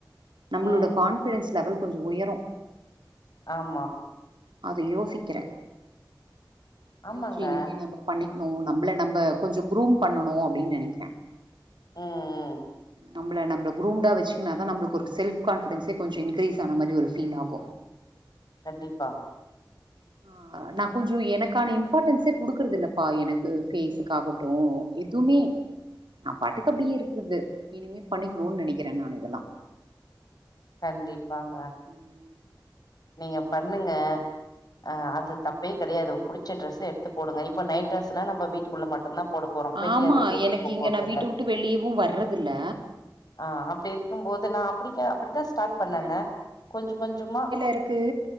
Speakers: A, on the right; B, on the left.
A: நம்மளோட
B: ம்
A: கான்பிடன்ஸ் லெவல் கொஞ்ச உயரும்
B: ஆமா
A: அத யோசிக்கிற
B: ஆமாங்க
A: யோய்சி இனிமே நம்ம பண்ணிக்ணு நம்மள நம்ம கொஞ்ச குரூம் பண்ணணு அப்டின்னு நினைக்கிற
B: ஆ ஆ
A: நம்மள நம்ம குரூம்டா வச்சுக்கினாதா நம்மளுக்கு ஒரு செல்ஃப் கான்பிடன்ஸே கொஞ்சோ இன்கிரீஸ் ஆன மாரி ஒரு ஃபீல் ஆகு
B: கண்டிப்பா
A: ஆ நா கொஞ்சோ எனக்கான இம்பார்ட்ன்ஸே குடுக்குறது இல்லப்பா எனக்கு பேஸுக்காகு எதுவுமே நா பாட்டுக்கு அப்டியே இருக்குது இனிமே பண்ணிக்கணு நனைக்கிற நா இதெல்லா
B: கண்டிப்பாங்க
A: <inaudible>
B: நீங்க பண்ணுங்க ஆ அது தப்பே கடையாது புடிச்ச டிரெஸ்ஸ எடுத்து போடுங்க இப்ப நைட் ட்ரெஸ்ஸுலா நம்ப வீட்டுக்குள்ள மட்டுந்தா போட போறோ வெளிய
A: ஆமா
B: அது போட்டுட்டு
A: எனக்கு
B: போ
A: இங்க
B: போறதில்ல
A: நா வீட்ட விட்டு வெளியவு வர்றதில்ல
B: ஆ அப்டி இருக்கும்
A: ஆ,
B: போது நா அப்டி தா அப்டிதா ஸ்டார்ட்
A: சேரிங்க
B: பண்ணங்க கொஞ்ச கொஞ்சமா
A: இருக்கு